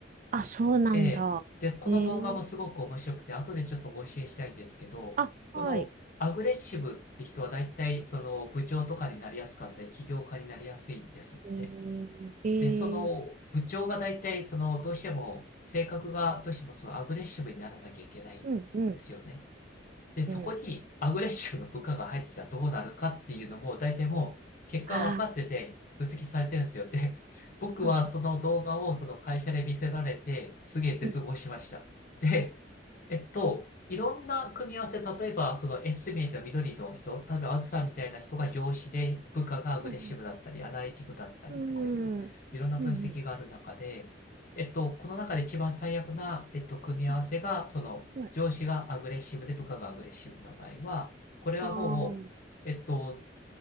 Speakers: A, on the right; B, on the left.
A: あそうなんだ。
B: ええ。で、この動画もすごく面白くて、
A: えー、
B: 後でちょっとお教えしたいんですけど、
A: あ、はい。
B: このアグレッシブって人は大体その部長とかになりやすかったり、起業家になりやすいんですって。
A: えー、え
B: で、その部長が大体そのどうしても性格がどうしてもそのアグレッシブにならなきゃいけないんですよね。
A: ー、うん、うん、
B: で、そこにアグレッシブな部下が入ってきたらどうなるかっていうのも、
A: うん。
B: 大体もう結果は分かってて、
A: あ
B: 分析されてるんですよ。で、僕はその動画をその会社で見せられて、
A: ああ
B: すげえ絶望しました。
A: ー、
B: で、えっと、いろんな組み合わせ、例えばそのエスティメイトの緑の人、例えばあずさんみたいな人が上司で、部下がアグレッシブだったり、
A: うん。
B: アナリティクだったりとかいう、
A: うん、うん、
B: いろんな分析がある中で、
A: うん、うん、
B: えっと、この中で一番最悪な、えっと、組み合わせが、
A: う
B: その、
A: んはい
B: 上司がアグレッシブで部下がアグレッシブな場合は、これはもう、
A: ああ
B: えっと、